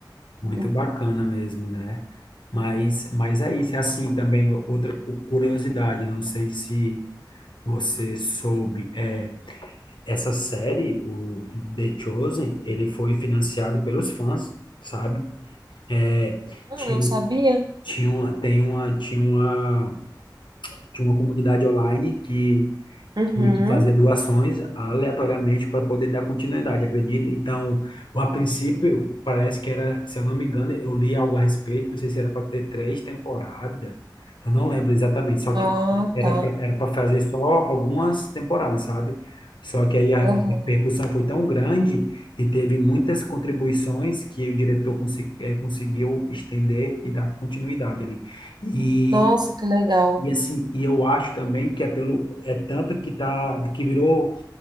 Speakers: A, on the left (about 80°); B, on the right (about 65°).
A: Muito
B: Hum.
A: bacana mesmo, né? Mas, mas é isso, é assim também outra cu- curiosidade, não sei se você soube, é, essa série, o The Chosen, ele foi financiado pelos fãs, sabe? É,
B: Não,
A: tinha,
B: não sabia.
A: tinha uma, tem uma, tinha uma, tinha uma comunidade online que
B: Uhum.
A: e que fazia doações aleatoriamente para poder dar continuidade, acredita? Então, a princípio, parece que era, se eu não me engano, eu li algo a respeito, não sei se era para ter três temporadas, eu não lembro exatamente, só que
B: Ah,
A: era
B: tá.
A: para era para fazer só algumas temporadas, sabe? Só que aí a
B: Uhum.
A: repercussão foi tão grande e teve muitas contribuições que o diretor consi- eh, conseguiu estender e dar continuidade ali. E
B: Nossa, que legal.
A: e assim, e eu acho também que é pelo é tanto que tá que virou